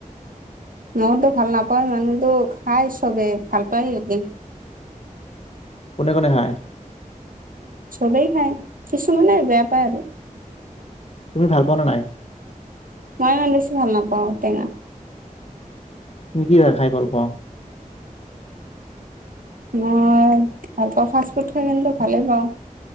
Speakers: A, on the right; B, on the left.
A: মইতো ভাল নাপায় ইমানটো খাই চবে ভাল পায় এহেতি।
B: কোনে কোনে খায়।
A: চবেই খায় কিছুমানে বেয়া পাই আৰু
B: তুমি ভাল পোৱা ন নাই!
A: মই ইমান বেছি ভাল নাপাওঁ টেঙা।
B: তুমি কি বা খাই ভাল পাওঁ।
A: মই ভাল পাওঁ ফাষ্ট ফুড খাই কিন্তু ভালেই পাওঁ।